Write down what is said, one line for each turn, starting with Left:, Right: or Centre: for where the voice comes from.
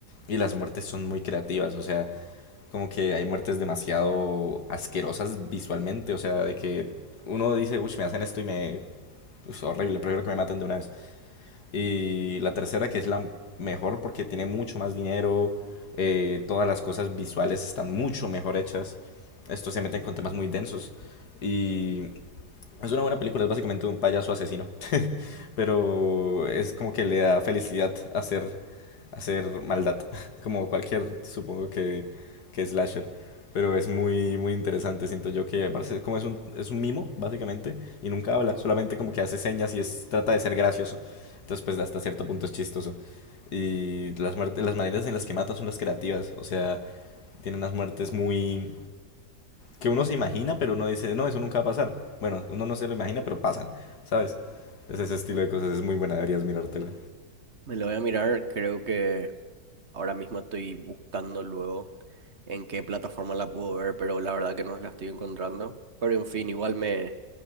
Left: Y las muertes son muy creativas, o sea, como que hay muertes demasiado asquerosas visualmente, o sea, de que uno dice, uy, me hacen esto y me... Es horrible, prefiero que me maten de una vez. Y la tercera, que es la mejor porque tiene mucho más dinero, eh, todas las cosas visuales están mucho mejor hechas. Estos se meten con temas muy densos. Y es una buena película, es básicamente un payaso asesino, pero es como que le da felicidad hacer hacer maldad, <laughs> como cualquier, supongo que, que slasher. Pero es muy, muy interesante, siento yo que parece como es un, es un mimo, básicamente, y nunca habla, solamente como que hace señas y es, trata de ser gracioso. Entonces, pues hasta cierto punto es chistoso. Y las, muertes, las maneras en las que mata son las creativas, o sea, tienen unas muertes muy... que uno se imagina, pero uno dice, no, eso nunca va a pasar. Bueno, uno no se lo imagina, pero pasan, ¿sabes? Es ese estilo de cosas, es muy buena, deberías mirártela.
Right: Me la voy a mirar, creo que ahora mismo estoy buscando luego en qué plataforma la puedo ver, pero la verdad que no la estoy encontrando. Pero en fin, igual me,